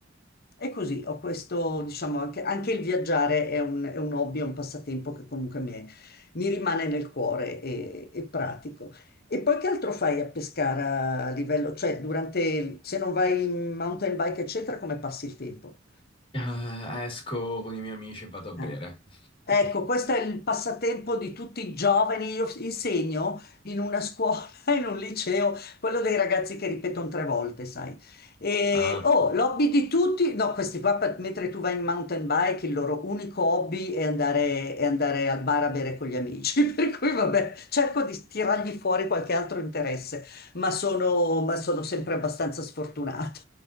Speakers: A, on the left (about 50°); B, on the left (about 25°).
A: e così ho questo, diciamo, anche, anche il viaggiare è un, è un hobby, è un passatempo che comunque mi, è- mi rimane nel cuore e, e pratico. E poi che altro fai a Pescara a livello, cioè durante, il- se non vai in mountain bike, eccetera, come passi il tempo?
B: Eh, esco con i miei amici e vado a bere.
A: Eh.
B: <laughs>
A: Ecco, questo è il passatempo di tutti i giovani. Io insegno in una scuola, <laughs> in un liceo, quello dei ragazzi che ripetono tre volte, sai. E,
B: Ah,
A: oh, l'hobby di tutti, no, questi qua, per- mentre tu vai in mountain bike, il loro unico hobby è andare, è andare al bar a bere con gli amici. <laughs> Per cui, vabbè, cerco di tirargli fuori qualche altro interesse, ma sono, ma sono sempre abbastanza sfortunata.